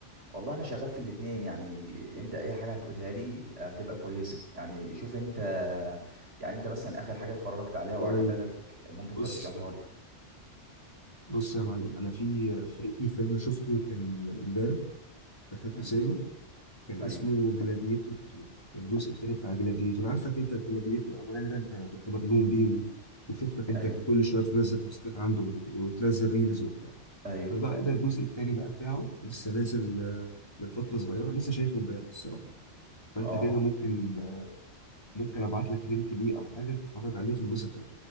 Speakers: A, on the right; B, on the left.
A: والله انا شغال في الاتنين يعني انت اي حاجه هتقولها لي هتبقى كويسه يعني شوف انت يعني انت مثلا اخر حاجه اتفرجت عليها وعجبتك
B: طيب
A: ممكن
B: بص
A: ترشحها لي
B: بص يا معلم انا في في, في فيلم شفته كان امبارح دخلته
A: امم
B: السينما كان
A: ايوه
B: اسمه جلاديتور 2 الجزء الثاني بتاع جلاديتور عارفك انت الجلاديتور الاولاني ده انت كنت مجنون بيه و... وشفتك انت
A: ايوه
B: كل شويه بتنزل بوستات عنده وتنزل ريلز
A: ايوه
B: فبقى ده الجزء التاني بقى بتاعه لسه نازل آه، من فترة صغيرة لسه شايفه امبارح الصراحة فانت
A: اه
B: كده ممكن آه، ممكن ابعت لك لينك ليه او حاجة تتفرج عليه تنبسط قوي